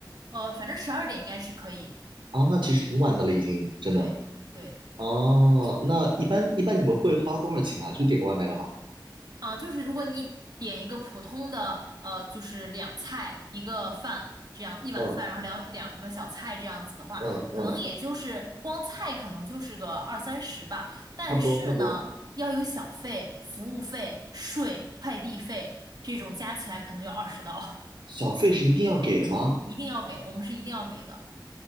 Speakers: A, on the right; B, on the right.
A: 呃，反正十二点应该是可以。
B: 啊？那其实挺晚的了，已经真的。
A: 对对。
B: 哦，那一般一般你们会花多少钱啊？就点个外卖的话，
A: 啊，就是如果你点一个普通的，呃，就是两菜一个饭这样一碗饭，
B: 嗯
A: 然后两两个小菜这样子的话，
B: 嗯嗯，
A: 可能也就是光菜可能就是个二三十吧。但是呢，
B: 差不多差不多。
A: 要有小费、服务费、税、快递费这种加起来可能要二十刀，
B: 小费是一定要给的吗？
A: <laughs> 一定要给，我们是一定要给的。